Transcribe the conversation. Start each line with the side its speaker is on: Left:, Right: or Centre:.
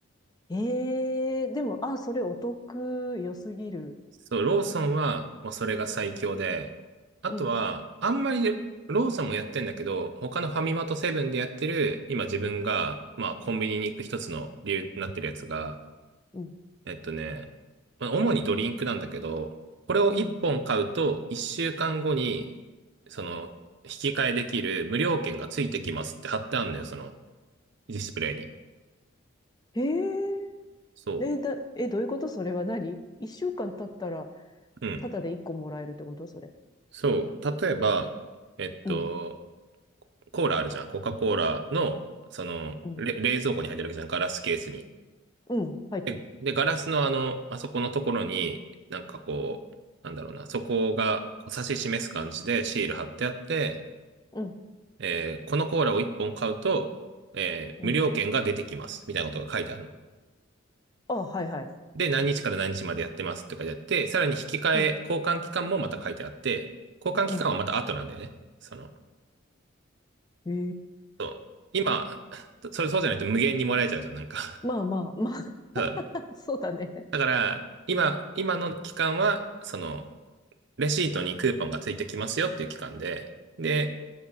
Left: ええでも、あ、それお得、良すぎる。
Right: そう、ローソンはもうそれが最強で、あとは、
Left: うん、
Right: あんまりローソンもやってんだけど、他のファミマとセブンでやってる、今自分が、まあコンビニに行く一つの理由になってるやつが、
Left: うん、
Right: えっとね、まあ、主にドリンクなんだけど、これを1本買うと1週間後に、
Left: うん。
Right: その、引き換えできる無料券がついてきますって貼ってあるのよ、そのディスプレイに。
Left: ええ
Right: そ
Left: え、だ、え、どういうことそれは何一週間経ったら、
Right: う。うん。
Left: ただで一個もらえるってことそれ。
Right: そう。例えば、えっと、
Left: うん、
Right: コーラあるじゃん。コカ・コーラの、その、
Left: うん、
Right: れ冷蔵庫に入ってるわけじゃん。ガラスケースに。
Left: うん、入ってる。
Right: で、で、ガラスのあの、あそこのところに、なんかこう、なんだろうな、そこがこう指し示す感じでシール貼ってあって、
Left: うん、
Right: えーこのコーラを1本買うと、えー無料券が出てきます。
Left: うん。
Right: みたいなことが書いてあるの。
Left: あ、はいはい。
Right: で、何日から何日までやってますって書いてあって、さらに引き換え、
Left: うん、
Right: 交換期間もまた書いてあって、交換期間はまた後なんだよね。
Left: うん。
Right: その、
Left: ええ
Right: そう今、それそうじゃないと無限にもらえちゃうじゃん、なんか
Left: まあまあ、まあ、<laughs>
Right: <laughs> そう
Left: そうだね。
Right: だから、今、今の期間は、その、レシートにクーポンがついてきますよっていう期間で、で、